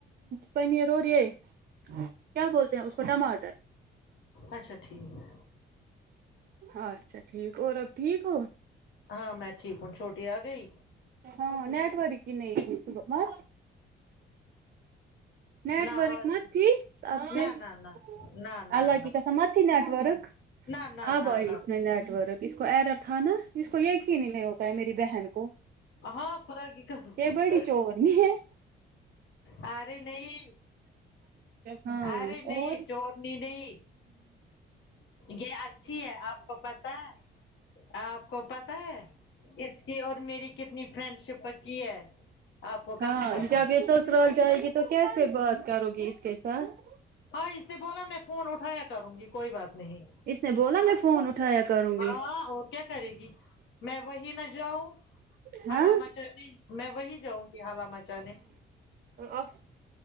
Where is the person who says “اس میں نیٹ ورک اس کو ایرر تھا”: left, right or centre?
Right